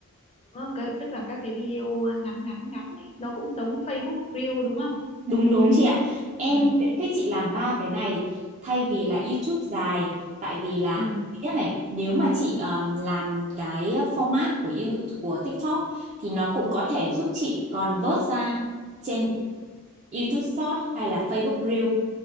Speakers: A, on the left; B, on the right.
A: đúng không? Cái, tức là các cái video ngắn ngắn ngắn này nó cũng giống Facebook Reel đúng không?
B: Đúng đúng chị ạ. Em
A: Ừ,
B: khuyến khích chị làm ba cái này thay vì là YouTube dài tại vì là
A: ừ,
B: thứ nhất này, nếu mà chị ờm, làm cái format của you- của TikTok thì nó cũng có thể giúp chị convert ra trên YouTube Short hay là Facebook Reel.